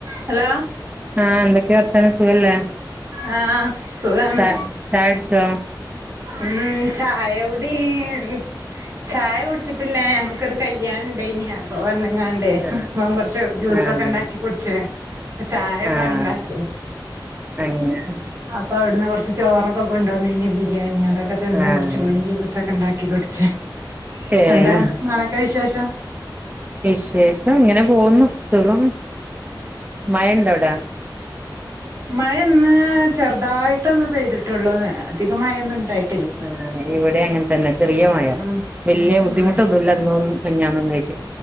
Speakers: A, on the right (about 40°); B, on the right (about 20°).
A: ഹലോ
B: ആഹ് എന്തൊക്കെയാ വർത്താനം സുഖല്ലേ
A: ആ ആ സുഖാണ്
B: ച ചായുടിച്ചോ
A: ഉ ചായ കുടി മം ചായ കുടിച്ചിട്ടില്ല ഞങ്ങക്കൊരു കല്യാണണ്ടെനി അപ്പോ വന്ന്ങ്ങാണ്ട്
B: ആഹ്
A: അപ്പം കൊറച്ച് ജ്യൂസൊക്കെ
B: ആഹ് അതന്നെ
A: ഇണ്ടാക്കി കുടിച്ച് പ്പ ചായേണ്ട്
B: ആഹ്
A: വേണ്ടാച്ചു
B: അങ്ങനെ
A: അപ്പൊ അവിടന്ന് കൊറച്ച് ചോറൊക്കെ കൊണ്ടുവന്നിനി ബി രിയാണി അതൊക്കെ തിന്ന്
B: ആഹ്
A: കുറച്ചു കൂടി ജൂസൊക്കെണ്ടാക് ക്കി കുടിച്ച്
B: ഏഹ്
A: എന്താ ഇങ്ങളെക്കെ വിശേഷം?
B: വിശേഷം ഇങ്ങനെ പോവുന്നു സുഖം മഴ ഇണ്ടാവടെ?
A: മഴൊന്ന് ചെറുതായിട്ടൊന്ന് പെയ്തിട്ടൊള്ളൂ അധികം മഴൊന്നും ഉണ്ടായി
B: ആ ഇവിടെ അങ്ങനെ തന്നെ ചെറിയ മഴാ,
A: ഉം
B: വലിയ ബുദ്ധിമുട്ടൊന്നുല്ല
A: ഉം
B: ഇന്നു മിഞ്ഞാന്നിന്നു ആയിട്ട്,